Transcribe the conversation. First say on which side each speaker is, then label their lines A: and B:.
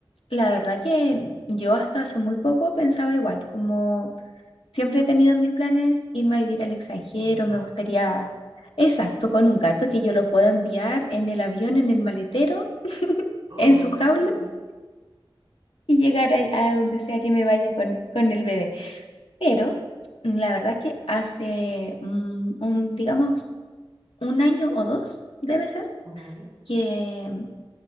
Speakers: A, on the left; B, on the right.
A: la verdad que yo hasta hace muy poco pensaba igual, como siempre he tenido en mis planes irme a vivir al extranjero,
B: Con un gato.
A: me gustaría, exacto, con un gato que yo lo pueda enviar en el avión, en el maletero, <laughs>
B: ¡Ay,
A: en su jaula
B: qué lindo!
A: y llegar a, a donde sea que me vaya con, con el bebé. Pero mm, la verdad es que hace mm, un, digamos, un año o dos, debe ser,
B: ¿Un año?
A: que,
B: ¿Ok?
A: mm,